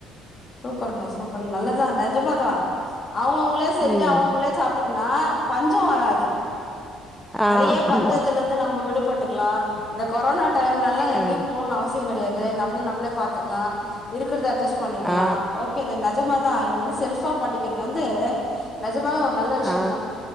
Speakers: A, on the left (about 40°); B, in the centre.
A: சூப்பருங்க சூப்பருங்க நல்லதுதா நிஜமாதா அவங்க அவங்களே செஞ்சு
B: ம்
A: அவங்கவுங்களே சாப் இருக்குன்னா பஞ்ச வராது
B: ஆ
A: நெறைய பஞ்சத்தில
B: ஆமா
A: இருந்து நம்ம விடுபட் இருக்கலா இந்த கொரோனா டைம்ல எல்லா எங்கயு
B: ஆ
A: போணும்னு அவசியோ கிடையாது நம்ள நம்ள பார்த்துக்கலா இருக்குறத அஜஸ் பண்ணிக்கலா
B: ஆ
A: ஒ ஓகே இது நெஜமாதா இது வந்து செல்பா பண்ணிக்கிறது வந்து நெஜமா ஒரு நல்ல விஷயோ
B: ஆ
A: தா